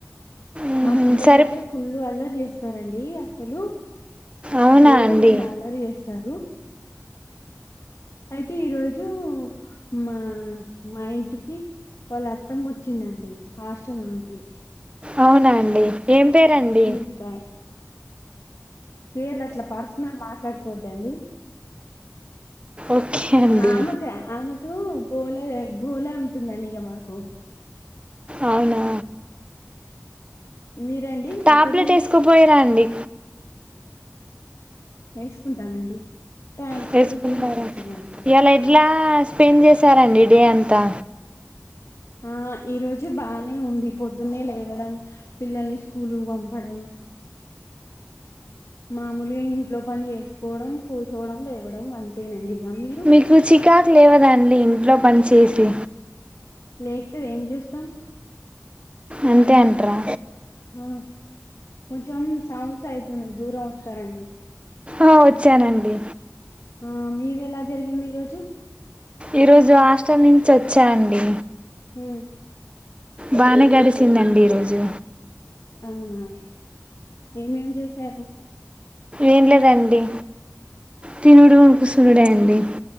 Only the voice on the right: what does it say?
ఉహు,
సరే
అవునా
అండి
అవునా అండి ఏం పెరండి
ఓకే అండి
అవునా
టాబ్లెట్
వేసుకుపోయిరా అండి
వేసుకున్నారా
ఇయల ఏడ్లస్ట్ స్పెండ్ చేశారండి డే అంతా
మీకు చికాకు లేవదాండి ఇంట్లో పని చేసి
అంతే అంట్రా
ఆ వచ్చానండి
ఈ రోజు హాస్టల్ నుంచి ఓచ్ చ్చనండి
బానే గడిచిందండి ఈరోజు
ఏం లేదండి తినుడు కుసునుడే అండి